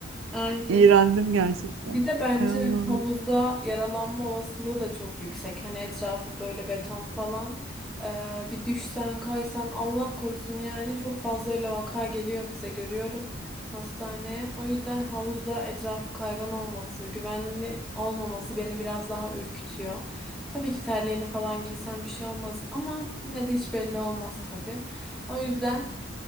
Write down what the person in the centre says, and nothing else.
Aynen.
Bir de bence
havuzda
yaralanma olasılığı da çok yüksek. Hani etrafı böyle beton falan. Ee, bir düşsen kaysan Allah korusun yani çok fazla öyle vaka geliyor bize görüyorum hastaneye. O yüzden havuzda etrafı kaygan olması, güvenli olmaması beni biraz daha ürkütüyor. Tabii ki terliğini falan giysen bir şey olmaz ama yine de hiç belli olmaz tabii. O yüzden...